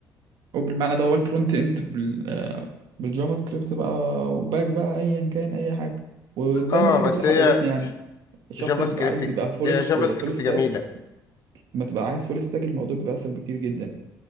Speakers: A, on the right; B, on the left.
A: او بالمعنى ده هو الفرونت اند بال... بالجافا سكريبت بقى وباك بقى ايا كان اي حاجه وده
B: اه
A: من الحاجات
B: بس
A: اللي حببتني
B: هي
A: يعني الشخص
B: جافا
A: اللي
B: سكريبت
A: بيبقى عايز يبقى فول
B: هي جافا سكريبت
A: فول ستاك
B: جميلة
A: لما تبقى عايز فول ستاك الموضوع بيبقى اسهل بكتير جدا